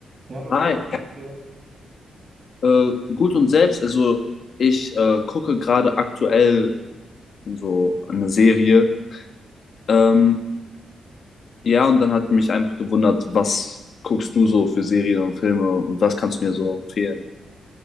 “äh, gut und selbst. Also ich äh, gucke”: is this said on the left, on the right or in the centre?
Left